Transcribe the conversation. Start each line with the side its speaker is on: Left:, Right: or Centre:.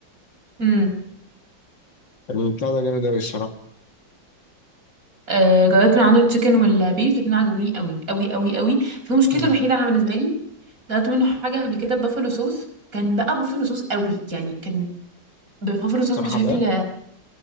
Right: امم
Left: يعني البتاع ده جامد قوي الصراحه
Right: آه جربت من عنده التشيكن والبيف الاتنين عجبوني قوي قوي قوي قوي في مشكلته
Left: مم.
Right: الوحيدة عن- بالنسبة لي جربت منه حاجة قبل كده بافلو صوص كان بقى بافلو صوص قوي يعني كان بافلو صوص
Left: كان
Right: بشكل
Left: حراق